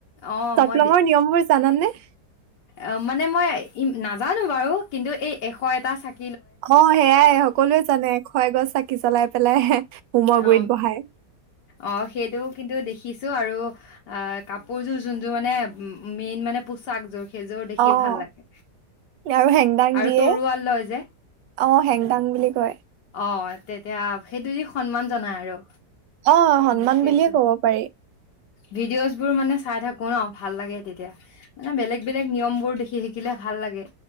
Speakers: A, on the left; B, on the right.
A: অ
B: চ'কলঙৰ
A: মই
B: নিয়ম বোৰ জানানানে?
A: অ', মানে মই ই নাজানো বাৰু কিন্তু এই এশ এটা চাক
B: অ', সেয়াই সকলোৱে জানে এশ এগছ চা চাকি জ্বলাই পেলাই হোমৰ
A: অ',
B: গুৰিত বহাই
A: অ', সেইটো কিন্তু দেখিছো আৰু অ', কাপোৰযোৰ যোন যোৰ মানে মেইন মানে পোচাকযোৰ সেইযোৰ দেখি
B: অ',
A: ভাল লাগে
B: আৰু হেংদাং
A: আৰু
B: দিয়ে,
A: তৰোৱাল লয় যে
B: অ', হেংদাং বুলি কয়।
A: অ', তেতিয়া সেইটো দি সন্মান জনাই আৰু।
B: অ', সন্মান
A: দেখি
B: বুলিয়েই
A: আছো
B: ক'ব পাৰি।
A: ভিডিঅ'জ বোৰ মানে চাই থাকো ন' ভাল লাগে তেতিয়া মানে বেলেগ বেলেগ নিয়ম বোৰ দেখি থিকিলে ভাল লাগে